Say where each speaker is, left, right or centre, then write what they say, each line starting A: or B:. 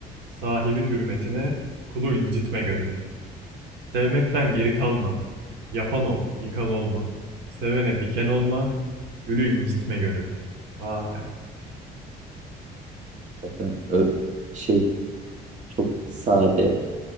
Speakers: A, on the right; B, on the right.
A: Sahibi hürmetine, kulu incitme gönül. Sevmekten geri kalma. Yapan ol, yıkan olma. Sevene diken olma, gülü incitme gönül. Vay.
B: Zaten ö- şey çok sade,